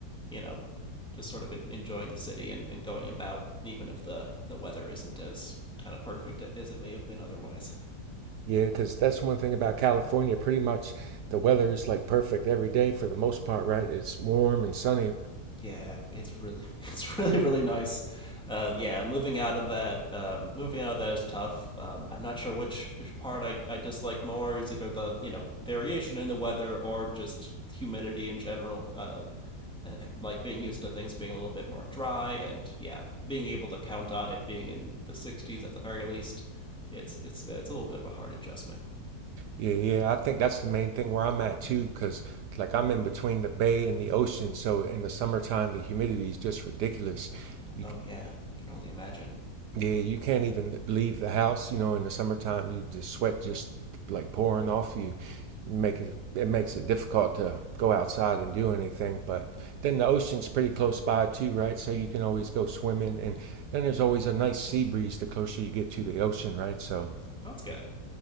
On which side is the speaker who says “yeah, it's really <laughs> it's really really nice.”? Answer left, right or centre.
Centre